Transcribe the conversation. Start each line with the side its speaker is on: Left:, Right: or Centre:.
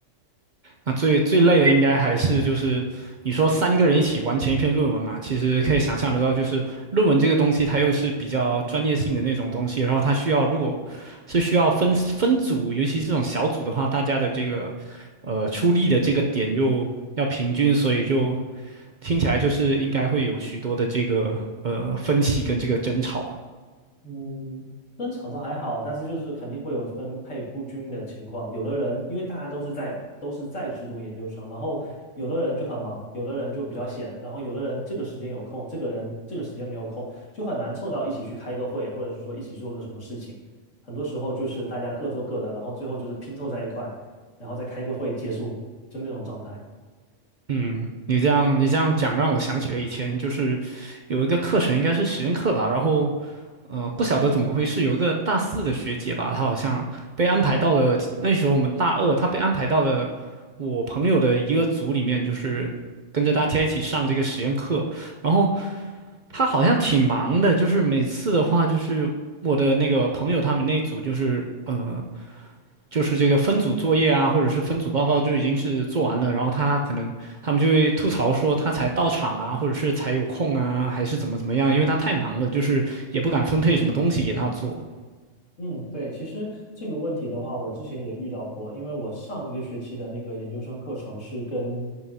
Right: 那最最累的应该还是就是你说三个人一起完成一篇论文嘛，其实可以想象得到，就是论文这个东西它又是比较专业性的那种东西，然后它需要如果是需要分分组，尤其是这种小组的话，大家的这个呃出力的这个点又要平均，所以就听起来就是应该会有许多的这个呃分歧跟这个争吵。
Left: 嗯，争吵倒还好，但是就是肯定会有分配不均的情况。有的人因为大家都是在都是在职读研究生，然后有的人就很忙，有的人就比较闲，然后有的人这个时间有空，这个人这个时间没有空，就很难凑到一起去开个会，或者是说一起做个什么事情。很多时候就是大家各做各的，然后最后就是拼凑在一块，然后再开个会结束，就那种状态。
Right: 嗯，你这样你这样讲让我想起了以前就是有一个课程应该是实验课吧，然后呃不晓得怎么回事，有一个大四的学姐吧，她好像被安排到了那时候我们大二，她被安排到了我朋友的一个组里面，就是跟着大家一起上这个实验课，然后她好像挺忙的，就是每次的话就是我的那个朋友他们那一组就是呃。就是这个分组作业啊，或者是分组报告就已经是做完了，然后他可能他们就会吐槽说他才到场啊，或者是才有空啊，还是怎么怎么样，因为他太忙了，就是也不敢分配什么东西给他做。
Left: 嗯，对，其实这个问题的话，我之前也遇到过，因为我上一个学期的那个研究生课程是跟，